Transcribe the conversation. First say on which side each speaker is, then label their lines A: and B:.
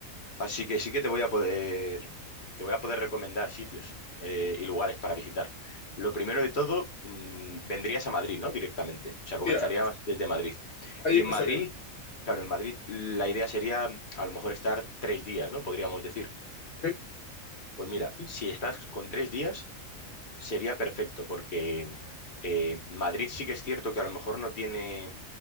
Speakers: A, on the left (about 40°); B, on the left (about 55°).
A: Así que sí que te voy a poder, te voy a poder recomendar sitios eh, y lugares para visitar. Lo primero de todo, mm, vendrías a Madrid, ¿no? Directamente. O sea, comenzarías
B: Y a-
A: desde Madrid.
B: ahí
A: Y
B: empezaría.
A: en Madrid, claro, en Madrid la idea sería a lo mejor estar tres días, ¿no? Podríamos decir.
B: ¿ok?
A: Pues mira,
B: Sí.
A: si estás con tres días, sería perfecto, porque eh, Madrid sí que es cierto que a lo mejor no tiene